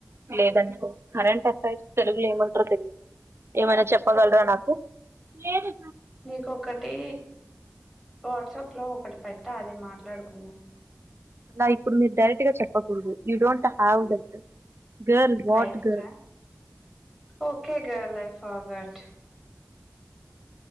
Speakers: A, on the right; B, in the centre.
A: లేదంటే కరెంట్ అఫైర్స్ తెలుగులో ఏమంటారో తెలీ ఏమైనా చెప్పగలరా నాకు లేదు
B: నీకొకటి వాట్సప్ లో ఒకటి పెట్టా అది మాట్లాడుకుందాం
A: లా ఇప్పుడు మీరు డైరెక్ట్ గా చెప్పకూడదు you don't have that girl what
B: రైట్సా
A: girl
B: okay గల్ if forgot